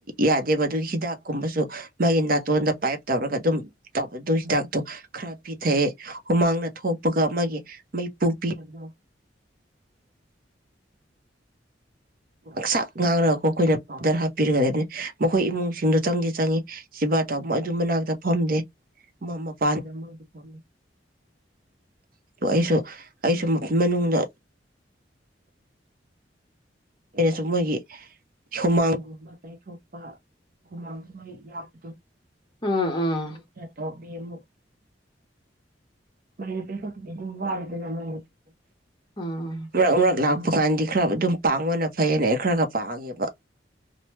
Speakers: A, on the right; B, on the left.
A: ꯌꯥꯗꯦ ꯑꯗꯨꯒꯤ ꯍꯤꯗꯥꯛꯀꯨꯝꯕꯁꯨ ꯃꯥꯒꯤ ꯅꯥꯇꯣꯟꯗ ꯄꯥꯏꯞ ꯇꯧꯔꯒ ꯑꯗꯨꯝ ꯇꯧꯕ ꯑꯗꯨ ꯍꯤꯗꯥꯛꯇꯣ ꯈꯔ ꯄꯤꯊꯛꯑꯦ ꯍꯨꯃꯥꯡꯗ ꯊꯣꯛꯄꯒ ꯃꯥꯒꯤ ꯃꯩꯄꯨꯄꯤꯕꯗꯣꯑ ꯃꯥꯒꯤꯆꯥꯛ ꯉꯥꯡꯔꯒ ꯑꯩꯈꯣꯏꯅ ꯄꯥꯎꯗꯔ ꯍꯥꯞꯄꯤꯔꯒꯕꯅꯤ ꯑꯩꯈꯣꯏ ꯏꯃꯨꯡꯁꯤꯡꯗꯣ ꯆꯪꯗꯤ ꯆꯪꯏꯤ ꯁꯤꯦꯕꯥ ꯇꯧ ꯃꯣꯏ ꯑꯗꯨ ꯃꯅꯥꯛꯇ ꯐꯝꯗꯦ ꯃꯄꯥꯟꯗ ꯐ ꯑꯗꯨ ꯑꯩꯁꯨ ꯑꯩꯁꯨ ꯃꯅꯨꯡꯗ ꯑꯩꯅꯁꯨ ꯃꯣꯏꯒꯤ ꯍꯨꯃꯥꯡꯒꯨꯝꯕ ꯇꯊꯣꯛꯄ ꯍꯃꯥꯡ ꯃꯣꯏ ꯌꯥꯄꯗꯨ
B: ꯎꯝ ꯎꯝ
A: ꯈꯔ ꯇ ꯑꯃꯨꯛ ꯃꯥꯏ ꯅꯨꯄꯤ ꯈꯛꯇꯗꯤ ꯑꯗꯨꯝ ꯋꯥꯔꯤꯗꯅ ꯃꯥꯏ
B: ꯎꯝ
A: ꯅꯨ ꯔꯛ ꯂꯥ ꯀꯥꯟꯗꯤ ꯈꯔ ꯑꯗꯨꯝ ꯄꯥꯡꯕꯅ ꯐꯩꯌꯦꯅ ꯑꯩ ꯈꯔ ꯈ ꯄꯥꯡꯉꯦꯕ